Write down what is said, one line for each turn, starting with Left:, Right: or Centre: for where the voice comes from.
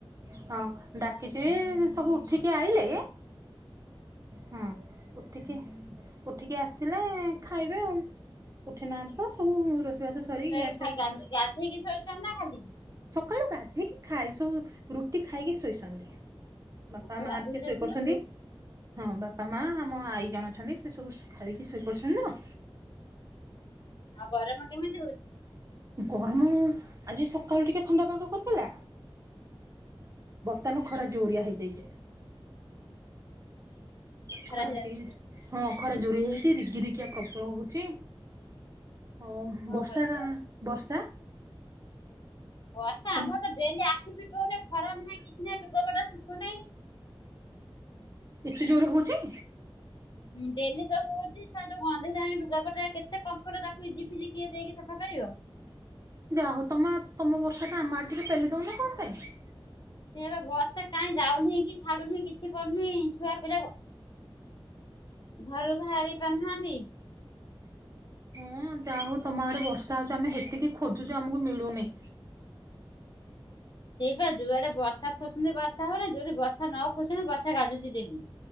Right: ହଁ
Left: ଏଇଆ
Right: ଡାକିଚି ସବୁ ଉଠିକି ଆଇଲେ। ହଁ। ଉଠିକି ଉଠିକି ଆସିଲେ ଖାଇବେ ଆଉ। ଉଠିନାହାନ୍ତି ତ, ସବୁ ରୋଷେଇବାସ ସରିିକି
Left: ଫେରେ
Right: ଗ୍ୟାସ୍ ଫ୍ୟାସ୍
Left: ଖାଇ
Right: ପୋଛା ପୋଛି
Left: ଗାଧେଇକି ଶୋଇଛନ୍ତି ନା ଖାଲି?
Right: ସକାଳୁ ଗାଧୋଇକି ଖାଇ ସବୁ ରୁଟି ଖାଇକି ଶୋଇଛନ୍ତି। ବାପା,
Left: ସବୁ
Right: ମା
Left: ଗାଧେଇ
Right: ଟିକେ
Left: ଗୁଧାକି
Right: ଶୋଇପଡିଛନ୍ତି।
Left: ତ ଶୋଇଛନ୍ତି
Right: ହଁ। ବାପା, ମା ଆମ ଆଈ ଜଣେ ଅଛନ୍ତି ସେ ସବୁ ଖାଇକି ଶୋଇପଡିଛନ୍ତି ଆଉ।
Left: ଆଉ ଗରମ କେମିତି ହଉଚି?
Right: ଗରମ ଆଜି ସକାଳୁ ଟିକେ ଥଣ୍ଡା ପାଗ କରିଥିଲା। ବର୍ତ୍ତମାନ ଖରା ଜୋରିଆ ହେଇଯାଇଚି।
Left: ଖରା
Right: ଖରାଟିକେ
Left: ହେଲାଣି ଖାଲି
Right: ହଁ ଅଖରେ ଜୋରି ହେଇଛି, ରଗି ରିକିଆ ପ୍ରବଳ ହଉଛି। ହଉ
Left: କଣ
Right: ବର୍ଷା
Left: କରିବ
Right: ଗା
Left: ଆଉ।
Right: ବର୍ଷା
Left: ବର୍ଷା
Right: ତମ
Left: ଆମର ତ ଡେଲି ଆଖି ଫିଟଉନି, ଖରା ନାହିଁ, କିଛି ନାହିଁ, ଲୁଗାପଟା ଶୁଖୁନାହିଁ।
Right: ଏତେ ଜୋର ହଉଛି?
Left: ହୁଁ ଡେଲି ତ ହଉଛି, ସ ଗନ୍ଧ ଯାଏଁ ଲୁଗାପଟା, କେତେ କୋଂଫୋର୍ଟ ତାକୁ ଇଜି ଫିଜି କିଏ ଦେଇକି ସଫା କରିବ।
Right: ଯା ହଉ ତମ ତମ ବର୍ଷା ଟା ଆମ ଆଡ ଟିକେ ପେଲି ଦଉନ କଣ ପାଇଁ?
Left: ସେବେ ବର୍ଷା କାଇଁ ଯାଉନାହିଁ, କି ଛାଡୁନାହିଁ, କିଛି କରୁନାହିଁ, ଛୁଆ ପିଲା ଘରୁ ବାହାରି ପାରୁନାହାନ୍ତି।
Right: ହଁ ଯାହା ହଉ ତମ ଆଡ଼େ ବର୍ଷା ହେଉଛି, ଆମେ ସେତିକି ଖୋଜୁଛୁ ଆମକୁ ମିଳୁନି।
Left: ସେଇପା ଯୋଉଆଡେ ବର୍ଷା ଖୋଜୁଛନ୍ତି, ବର୍ଷା ହଉନାଇଁ, ଯୋଉଠି ବର୍ଷା ନ ଖୋଜୁଛନ୍ତି ବର୍ଷା ଗାଜୁଛି ଡେଲି।